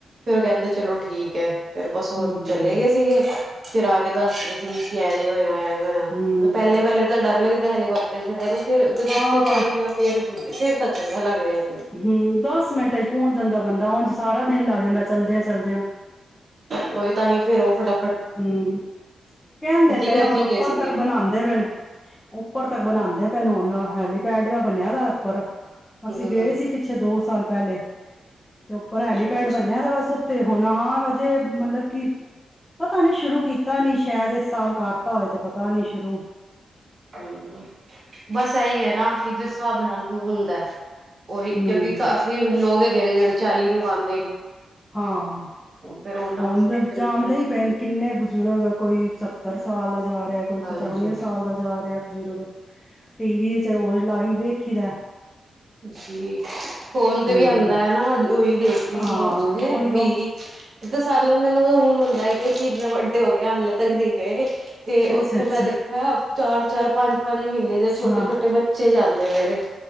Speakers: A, on the right; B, on the left.
A: ਫਿਰ ਉਹ ਕਹਿੰਦੇ ਚਲੋ ਠੀਕ ਫੇਰ ਬਸ ਉਹ,
B: ਹੂੰ।
A: ਚਲੇ ਗਏ ਸੀਗੇ ਫਿਰ ਆ ਕੇ ਦੱਸਦੇ ਸੀ ਕੇ, ਐਵੇ ਹੋਇਆ ਐ ਐਵੇ ਹੋਇਆ,
B: ਹੂੰ,
A: ਪਹਿਲੇ ਵਾਲੇ ਦਾ ਡਰ ਲੱਗਦਾ ਹੈਲਿਕਪਟਰ ਚ ਫਿਰ ਬਹਿ ਗਈ ਫਿਰ, ਜਦੋ
B: ਹਾਂ।
A: ਉਤੇ ਚੱਲ ਗਿਆ ਫਿਰ ਫਿਰ ਤਾ ਚੰਗਾ ਲਗ ਰੇਆ
B: ਹੂੰ, ਦਸ ਮਿੰਟਾਂ ਚ ਪਹੁੰਚ ਜਾਂਦਾ ਬੰਦਾ। ਉਂਜ ਸਾਰਾ ਦਿਨ ਲੱਗ ਜਾਂਦਾ ਚਲਦਿਆਂ ਚਲਦਿਆਂ <inaudible>
A: ਉਹ ਵੀ ਤਾਂਹੀ ਫੇਰ ਉਹ ਫਟਾ
B: ਹਮ ਕਹਿੰਦੇ ਪੈਣ
A: ਕਰਕੇ
B: ਉਹਨ ਉੱਪਰ
A: ਗਏ ਸੀਗੇ।
B: ਤੱਕ ਬਣਾਉਂਦੇ ਪੈਣ ਉੱਪਰ ਤੱਕ ਬਣਾਉਂਦੇ ਪੈਣ ਹਨ ਹੈਲੀਪੈਡ ਦਾ ਬਣਿਆ ਦਾ ਅਪਰ <inaudible> ਅਸੀਂ
A: ਹੂੰ।
B: ਗਏ ਸੀ ਪਿੱਛੇ ਦੋ ਸਾਲ ਪਹਿਲੇ ਤੇ ਉੱਪਰ ਹੈਲੀਪੈਡ
A: ਅੱਛਾ
B: ਬਣਿਆ ਦਾ ਬਸ ਉੱਥੇ ਹੁਣ ਹਾਂ ਅਜੇ ਮਤਲਬ ਕਿ ਪਤਾ ਨੀ ਸ਼ੁਰੂ ਕੀਤਾ ਨੀ ਸ਼ਾਇਦ, ਇਸ ਸਾਲ ਕਰਤਾ ਹੋਏ ਤੇ ਪਤਾ ਨੀ ਸ਼ੁਰੂ
A: ਹੂੰ, ਬਸ ਇਹੀ ਹੈ ਨਾ ਕਿ ਜਿਸ ਹਿਸਾਬ ਨਾਲ ਹੁੰਦਾ ਉਹੀ
B: ਹੂੰ
A: ਕਿਉਂਕਿ ਕਾਫ਼ੀ ਲੋਕ ਮੇਰੇ ਜਿਹੜੇ ਚਾਲੀ ਨੇ ਵੰਦੇ
B: ਹਾਂ
A: ਫੇਰ ਉਹਨਾਂ
B: ਹੁਣ
A: ਵਾਸਤੇ
B: ਜਾਣਦੇ ਹੀ ਪਏ, ਕਿੰਨੇ ਬਜ਼ੁਰਗ ਕੋਈ ਸੱਤਰ ਸਾਲ ਦਾ ਜਾ ਰਹਾ ਕੋਈ
A: ਹਾਂਜੀ।
B: ਪਚਾਨਵੇਂ ਸਾਲ ਦਾ ਜਾ ਰਿਹਾ ਬਜ਼ੁਰਗ, ਟੀ ਵੀ ਵਿੱਚ ਰੋਜ਼ ਲਾਈ ਵੇਖੀ ਦਾ
A: ਜੀ ਫੋਨ ਤੇ
B: ਹੂੰ
A: ਵੀ ਆਉਂਦਾ ਹੈ ਨਾ ਉਹੀ ਦੇਖ ਰਹੀ
B: ਹਾਂ
A: ਫਿਰ ਉੇ
B: ਉਹੀਓ
A: ਵੀ ਤਾਂ ਸਾਨੂੰ ਮੈਨੂੰ ਹੁਣ ਹੁੰਦਾ ਕਿਸੀ ਇੰੇ ਵੱਡੇ ਹੋ ਗਏ ਹਾਲੇ ਤੱਕ ਨਹੀਂੀ ਗਏ ਤੇ
B: ਅੱਛਾ-ਅੱਛਾ
A: ਉੱਥੇ ਮੈਂ ਦੇਖਿਆ ਚਾਰ ਚਾਰ ਪੰਜ ਪੰਜ ਮਹੀਨੇ ਦੇ ਛੋਟੇ
B: ਹਾਂ,
A: ਛੋਟੇ ਬੱਚੇ ਜਾਂਦੇ ਮੇਰੇ